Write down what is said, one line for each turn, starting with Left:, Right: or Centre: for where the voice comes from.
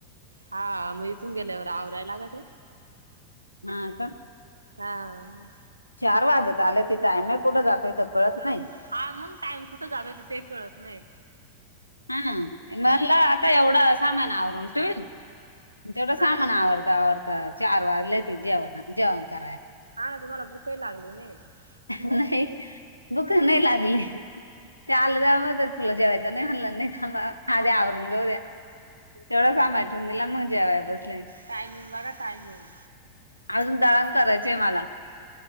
Right: हा म इथून गेल्यावर आवराय लागतय.
Left: हा का?
Right: हां.
Left: चार वाजत आले ते टायमे कुठे जातोय कळत नाही.
Right: हा मंग टाइम कुठं जालायच ते कळत नाही.
Left: हा म्हणला आता एवढं सामान आवरून ठेवील. तेवढं
Right: आ
Left: सामान आवरता आवरता चार वाजले ते जेवणा जेवण कराय.
Right: हा ना तुम्हाला भूक ही लागली. नाही
Left: नाही भुकं नाही लागले. ते आलं जाव म तर तुला जेवायच नाही म्हणला नाही. थांबा आदी आवरून घेऊ द्या तेवढा समाटून दिला मंग जेवया बसले.
Right: टायमिंग बघा टायमिंग.
Left: अजून दळान करायचंय मला.